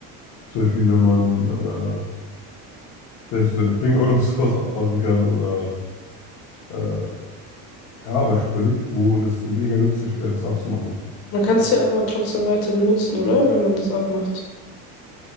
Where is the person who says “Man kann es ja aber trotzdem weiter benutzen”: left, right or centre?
Left